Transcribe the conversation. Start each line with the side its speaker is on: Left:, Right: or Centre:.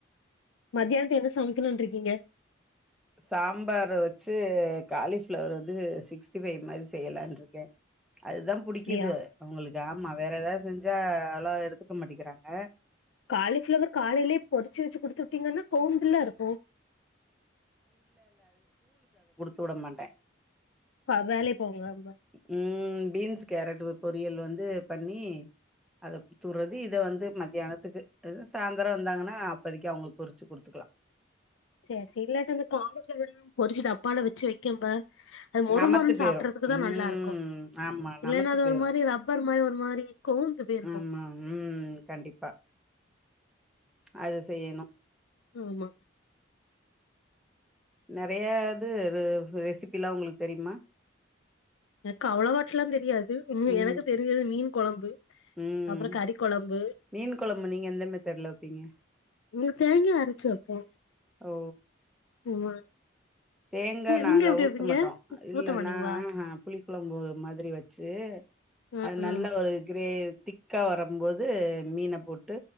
Left: மத்தியானத்து என்ன சமைக்கணும்னு இருக்கீங்க
Centre: சாம்பார் வச்சு காலிஃபிளவர் வந்து சிக்ஸ்டி ஃபைவ் மாரி செய்யலாந்தா இருக்க அதுதா புடிக்குது
Left: அப்டியா
Centre: அவங்களுக்கு ஆமா வேற ஏதாது செஞ்சா அவ்ளோ எடுத்துக்க மாட்டிகிறாங்க
Left: காலிஃபிளவர் காலைலியே பொறிச்சு வச்சு குடுத்து வுட்டீங்கன்னா கோவுந்துல்லா இருக் போ
Centre: தூட மாட்ட
Left: ப வேலைக்கு போங்க
Centre: உம் பீன்ஸ் கேரட் வப்ப பொரியல் வந்து பண்ணிஅத குடுத்துடுறது இத வந்து மத்தியானத்துக்கு சாயந்தர வந்தாங்கன்னா அப்பதிக்கு அவங்களுக்கு பொறிச்சு குடுத்துக்கலா
Left: செர் செர் இல்லாட்ட அந்த காலிஃப்ளவர்ல பொறிச்சு டப்பால வச்சு வைக்கும்ப அது மொரு
Centre: நமத்து
Left: மொருன்னு சாப்பிடுறதுக்கு
Centre: போயிரு
Left: தா
Centre: ம்
Left: நல்லா இருக்கு
Centre: ஆமா
Left: இல்லைன்னா
Centre: நமத்து
Left: அது
Centre: போயிரு
Left: ஒரு மாதிரி ரப்பர் மாதிரி ஒரு மாரி கோந்து போயிருக்கு
Centre: ஆமா உம் கண்டிப்பா அது செய்யணு
Left: ஆமா
Centre: நறைய இது ரெசிபில்லா உங்களுக்கு தெரியுமா
Left: எனக்கு அவ்வளவாட்டு எல்லா தெரியாது உ
Centre: ம்
Left: எனக்கு தெரிஞ்சது மீன் குழம்பு
Centre: ம்
Left: அப்ரோ கறி குழம்பு
Centre: மீன் கொழம்பு நீங்க எந்த மெத்தட்ல வப்பீங்க
Left: உங்க தேங்க அரைச்சு அப்போ
Centre: ஓ
Left: ஆமா
Centre: தேங்கா நாங்க
Left: நீங்க எப்டி
Centre: ஊத்த
Left: வைப்பீங்க
Centre: மாட்டோ இல்லைன்னாஹ்
Left: ஊத்த மாட்டீங்களா
Centre: புளி குழம்பு மாரி வச்சு
Left: ஆ
Centre: அது நல்ல
Left: ஆ
Centre: ஒரு கிரே திக்கா வரும்போது மீன போட்டு